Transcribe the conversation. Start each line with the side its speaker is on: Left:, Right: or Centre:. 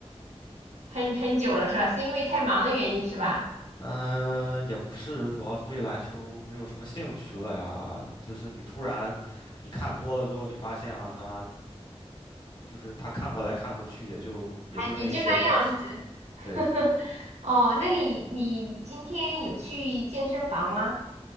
Right: 很很久了是吧？是因为太忙的原因是吧？
Left: 嗯、也不是，主要是对篮球没有什么兴趣了呀。就是你突然，你看多了之后，你发现啊，他就是他看过来看过去，也就也就那一些东西。
Right: 还也就那样子。
Left: 对，
Right: <laughs> 哦，那你你今天有去健身房吗？